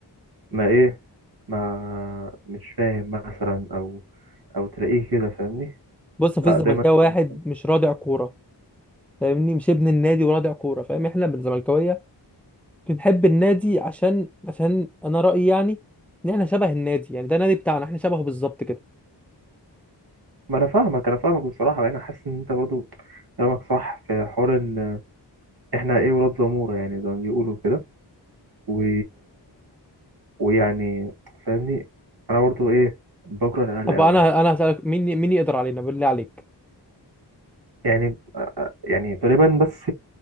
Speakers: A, on the right; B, in the centre.
A: ما ايه ما مش فاهم مثلا او او تلاقيه كده فاهمني
B: بص مفيش
A: لا
B: زملكاوي
A: دايما
B: واحد
A: كان-
B: مش رادع كوره فاهمني مش ابن النادي ورادع كوره فاهم احنا بالزملكاويه بنحب النادي عشان عشان انا رأيي يعني ان احنا شبه النادي يعني ده النادي بتاعنا احنا شبهه بالظبط كده
A: ما انا فاهمك انا فاهمك بصراحه يعني انا حاسس ان انت برضو كلامك صح في حوار ان احنا ايه ولاد زموره يعني زي ما بيقولوا كده و... ويعني فاهمني انا برضو ايه بكره الاهلي
B: طب
A: قوي
B: انا
A: يعني
B: انا هسألك مين مين يقدر علينا بالله عليك
A: يعني آه، آه، يعني تقريبا بس